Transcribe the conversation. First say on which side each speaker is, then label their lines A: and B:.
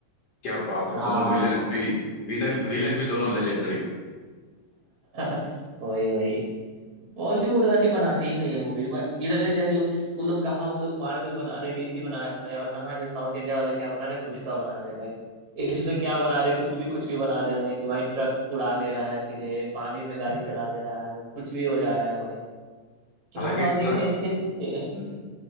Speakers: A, on the left (about 55°); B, on the right (about 35°).
A: क्या बात
B: हाँ
A: है दोनों
B: हाँ
A: विलेन
B: बहुत
A: भी विलेन विलेन भी दोनों लेजेंडरी
B: <laughs> वही वही बॉलीवुड वैसी बनाती ही नहीं है मूवी बट इधर ही देख लो वो लोग कहाँ वो लोग मार्वल बना रहे हैं डीसी बना रहे हैं और कहाँ जो साउथ इंडिया वाले क्या बना रहे हैं पुष्पा बना रहे हैं भाई इसमें क्या बना रहे हैं कुछ भी कुछ भी बना दे रहे हैं कि भाई ट्रक उड़ा दे रहा है सीधे पानी में
A: <laughs>
B: गाड़ी चला दे रहा है कुछ भी हो जा रहा है भाई क्या
A: हालांकि
B: लॉजिक
A: ट्रक
B: है इसके पीछे
A: हम्म।